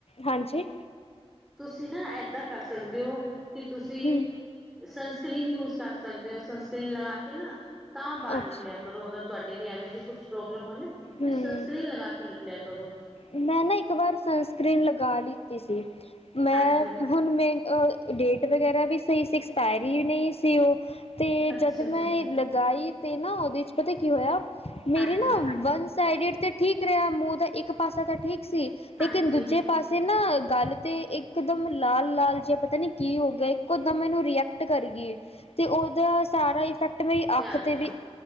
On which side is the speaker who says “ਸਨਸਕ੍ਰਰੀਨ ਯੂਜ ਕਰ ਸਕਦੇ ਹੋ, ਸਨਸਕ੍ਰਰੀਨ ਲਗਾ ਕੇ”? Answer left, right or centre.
Centre